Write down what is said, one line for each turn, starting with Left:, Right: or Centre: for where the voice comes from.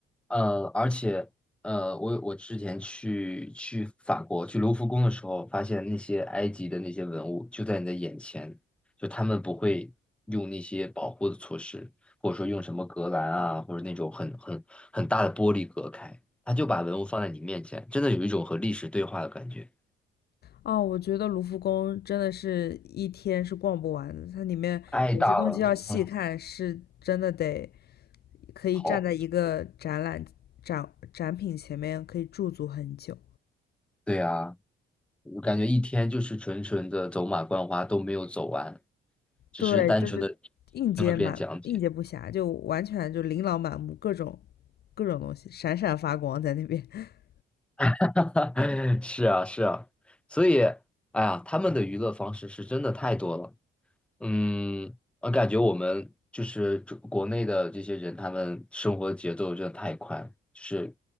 Centre: 呃，而且，呃，我我之前去去法国去卢浮宫的时候，发现那些埃及的那些文物就在你的眼前，就他们不会用那些保护的措施，或者说用什么隔栏啊，或者那种很很很大的玻璃隔开，他就把文物放在你面前，真的有一种和历史对话的感觉，
Left: 哦，我觉得卢浮宫真的是一天是逛不完的，它里面有些东西要细看，
Centre: 太大了，嗯，
Left: 是真的得可以站在一个展览展展品前面可以驻足很久。
Centre: 好，对呀。我感觉一天就是纯纯的走马观花都没有走完，只是单纯的
Left: 对，就是应接满应接不暇，
Centre: 听了遍讲解。
Left: 就完全就琳琅满目，各种各种东西闪闪发光在那边。<laughs>
Centre: <laughs> 是啊，是啊，所以，哎呀，他们的娱乐方式是真的太多了。嗯，我感觉我们就是中国内的这些人，他们生活节奏真的太快了就是